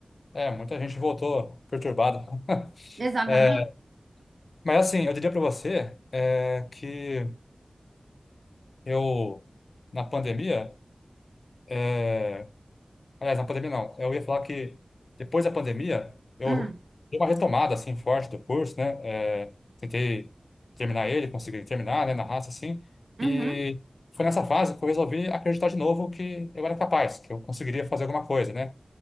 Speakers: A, on the left (about 75°); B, on the right (about 80°).
A: É, muita gente voltou perturbada. <laughs>
B: Exatamente.
A: É, mas, assim, eu diria para você é, que eu, na pandemia, é, Aliás, na pandemia não. Eu ia falar que depois da pandemia, eu
B: Hum,
A: dei uma retomada assim forte do curso, né? É, tentei terminar ele, consegui terminar, né, na raça assim.
B: uhum.
A: E foi nessa fase que eu resolvi acreditar de novo que eu era capaz, que eu conseguiria fazer alguma coisa, né?